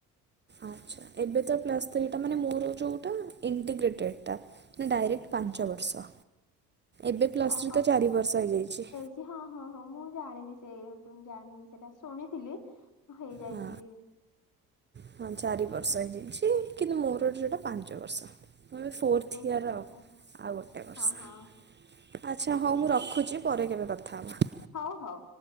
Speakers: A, on the right; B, on the left.
A: ଆଛା ଏବେ ତ ପ୍ଲସ ଥ୍ରି ଟା ମାନେ ମୋର ଯୋଉଟା ଇଣ୍ଟିଗ୍ରେଟେଡ ଟା ନା ଡାଇରେକ୍ଟ ପାଞ୍ଚ ବର୍ଷ ଏବେ ପ୍ଲସ
B: ଓହୋ
A: ଥ୍ରୀ ତ ଚାରି ବର୍ଷ ହେଇଯାଇଛି।
B: ହଁ ହଁ ହଁ ମୁଁ ଜାଣିନି ସେ ଜାଣିନି ସେଟା ଶୁଣିଥିଲି। ହେଇଯାଇଛି
A: ହଁ ହଁ ଚାରି ବର୍ଷ ହେଇଯାଇଛି କିନ୍ତୁ ମୋର ଯଉଟା ପାଞ୍ଚ ବର୍ଷ ତଁ ଏବେ ଫୋର୍ଥ
B: ଆଚ୍ଛା
A: ଇୟର
B: ଆଚ୍ଛା
A: ଆଉ ଗୋଟେ ବର୍ଷ
B: ହଁ ହଁ
A: ଆଚ୍ଛା ହଉ ମୁଁ ରଖୁଛି ପରେ କେବେ କଥା ହେବା?
B: ହଉ ହଉ।